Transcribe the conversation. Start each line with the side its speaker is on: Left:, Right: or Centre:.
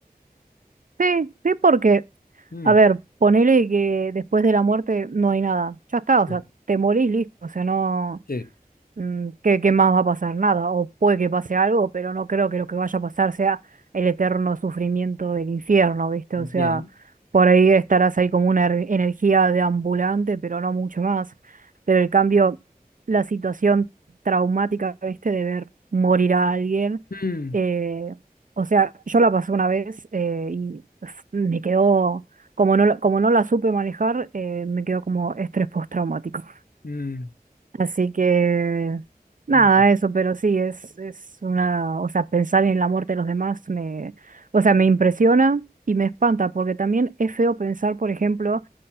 Right: sí, sí, porque,
Left: Mm,
Right: a ver, ponele que después de la muerte no hay nada. Ya está,
Left: sí,
Right: o sea, te morís, listo, o sea, no...
Left: sí,
Right: mm, ¿qué, qué más va a pasar? Nada, o puede que pase algo, pero no creo que lo que vaya a pasar sea el eterno sufrimiento del infierno, ¿viste?
Left: bien.
Right: O sea, por ahí estarás ahí como una er- energía de ambulante, pero no mucho más. Pero el cambio, la situación traumática, ¿viste? De ver morir a alguien,
Left: Mm,
Right: eh, o sea, yo la pasé una vez eh, y f- me quedó, como no, la- como no la supe manejar, eh, me quedó como estrés postraumático.
Left: mm,
Right: Así que nada,
Left: mm.
Right: eso, pero sí, es, es una, o sea, pensar en la muerte de los demás me, o sea, me impresiona y me espanta, porque también es feo pensar, por ejemplo,